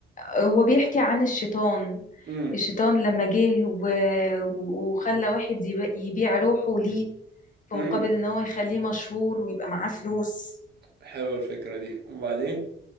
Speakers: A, on the left; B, on the right.
A: هو بيحكي عن الشيطان
B: امم
A: الشيطان لما جه و... وخلى واحد يب- يبيع روحه ليه في مقابل
B: امم
A: ان هو يخليه مشهور ويبقى معاه فلوس
B: حلوة الفكرة دي وبعدين